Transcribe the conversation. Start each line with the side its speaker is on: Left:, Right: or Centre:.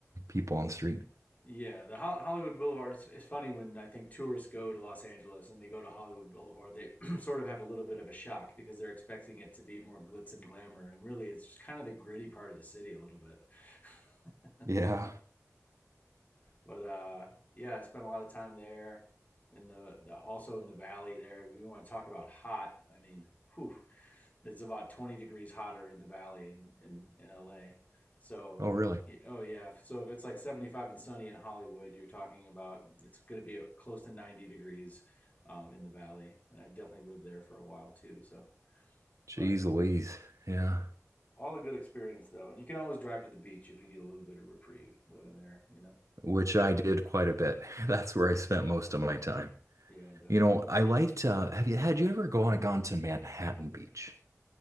Right: people on the street.
Left: Yeah, the Hol- Hollywood Boulevard. It's, it's funny when I think tourists go to Los Angeles and they go to Hollywood Boulevard, they <clears throat> sort of have a little bit of a shock because they're expecting it to be more glitz and glamour, and really, it's just kind of the gritty part of the city a little bit. <laughs>
Right: Yeah.
Left: but uh, yeah, I spent a lot of time there in the, the also in the valley there. We want to talk about hot. I mean, whew, it's about 20 degrees hotter in the valley in, in, in LA. So,
Right: Oh, really?
Left: oh yeah. So if it's like 75 and sunny in Hollywood, you're talking about it's going to be close to 90 degrees um, in the valley. And I definitely lived there for a while too. So,
Right: Jeez
Left: but
Right: Louise. Yeah.
Left: all a good experience though. And you can always drive to the beach if you need a little bit of reprieve living there, you know?
Right: Which I did quite a bit. <laughs> That's where I spent most of my time.
Left: Yeah, definitely.
Right: You know, I liked, uh, have you had you ever gone gone to Manhattan Beach?